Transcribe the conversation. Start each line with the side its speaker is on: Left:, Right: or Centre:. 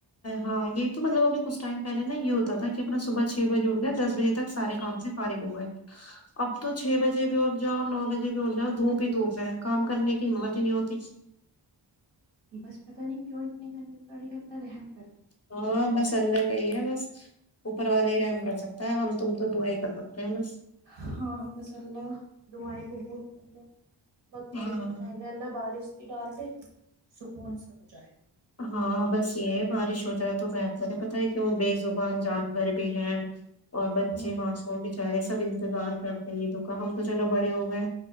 Left: ہاں یہ تو مطلب ابھی کچھ ٹائم پہلے نا یہ ہوتا تھا کہ اپنا صبح چھ بجے اٹھ گئے دس بجے تک سارے کام سے فارغ ہو گئے اب تو چھ بجے بھی اٹ جاؤ نو بجے بھی اٹ جاؤ دھوپ ہی دھوپ ہے کام کرنے کی ہمت ہی نہیں ہوتی ٹیک
Right: بس پتہ نہیں کیوں اتنی گرمی پڑ رہی ہے اللہ رحم کرے
Left: ہاں بس اللہ کا ہی ہے بس اوپر والا ہی رحم کر سکتا ہے ہم تم تو دوئے کر ہیں بس
Right: ہاں مساللہ دائی کبول پلے مکر
Left: ہاں
Right: اس سے پہلے اللہ بارش ڈال دے تو سکون سا ہو جائے
Left: ہاں بس یہ ہے بارش ہو جائے تو بہتر ہے پت ہے کیوں بے زبان جانور بھی ہیں اور بچے
Right: ہوں
Left: معصو بچارے سب انتظار کرتے ہیں عیدوں کا ہم تو چلو بڑے ہو گئے